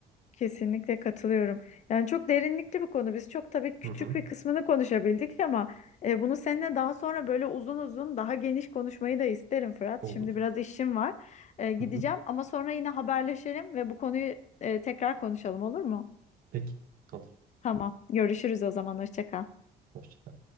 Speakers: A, on the left (about 45°); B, on the right (about 55°).
A: Kesinlikle katılıyorum. Yani çok derinlikli bir konu. Biz çok tabii küçük
B: Hı hı.
A: bir kısmını konuşabildik ama e, bunu seninle daha sonra böyle uzun uzun daha geniş konuşmayı da isterim Fırat.
B: Olur.
A: Şimdi biraz işim var. E, gideceğim
B: Hı hı.
A: ama sonra yine haberleşelim ve bu konuyu e, tekrar konuşalım olur mu?
B: Peki. Olur.
A: Tamam. Görüşürüz o zaman. Hoşça kal.
B: Hoşça kal.